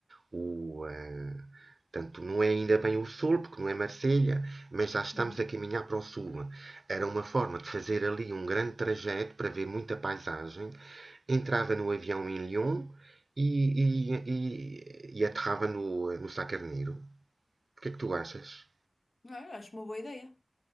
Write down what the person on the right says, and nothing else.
O, eh, tanto não é ainda bem o sul, porque não é Marselha, mas já estamos
a caminhar para o sul. Era uma forma de fazer ali um grande trajeto para ver muita paisagem. Entrava no avião em Lyon e, e, e, e aterrava no, no Sá Carneiro. O que é que tu achas?